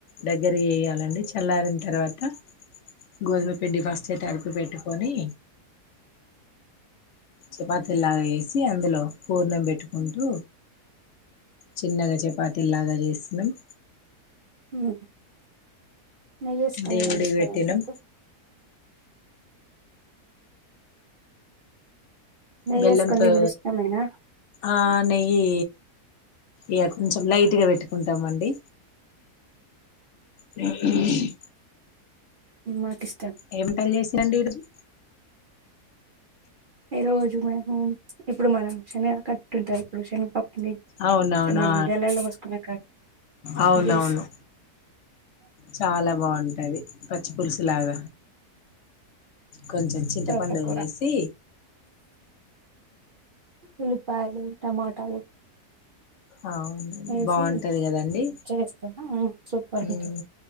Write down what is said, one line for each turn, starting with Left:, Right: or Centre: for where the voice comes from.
Left: దగ్గర చేయాలండి చల్లారిన తర్వాత గోధుమ పిండి ఫస్ట్ తడిపి పెట్టు కొని చపాతీలాగా వేసి అందులో పూర్నం పెట్టుకుంటూ చిన్నగా చపాతిలాగా చేసి మ్
Right: ఉహూ నెగేసుకొని
Left: దేవుడికి
Right: నడుస్తావెందుకు
Left: పెట్టినాం
Right: నెయ్యి
Left: బెల్లం
Right: వేసుకొని
Left: తో
Right: తినుడు ఇష్టమేనా
Left: ఆ నెయ్యి య కొంచెం లైట్ గ పెట్టుకుంటామండి. పరుగి
Right: మాకిస్
Left: ఏమిటల్ చేస్సిరండి ఈ రోజు
Right: ఈ రోజు మేము ఇప్పుడు మనం శనగ కట్టుంటది ఇప్పుడు శన్. పప్ని
Left: అవునవునా
Right: మనం జొల్లోల్లస్కునేక
Left: అవునవును
Right: జూస్.
Left: చాలా బాంటది పచ్చి పులుసు లాగ కొంచెం చింతపండు
Right: తోటకూర
Left: వేసి.
Right: ఉల్లిపాయలు టమాటాలు.
Left: అవ్నండి
Right: వేసి
Left: బాంటది కదండి
Right: చేస్తాను సూపర్ ఉంటుంది
Left: ఉమ్